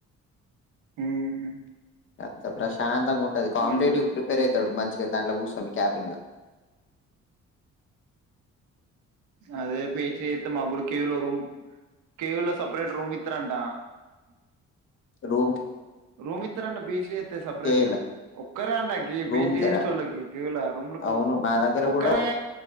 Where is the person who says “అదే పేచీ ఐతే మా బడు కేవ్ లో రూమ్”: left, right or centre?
Right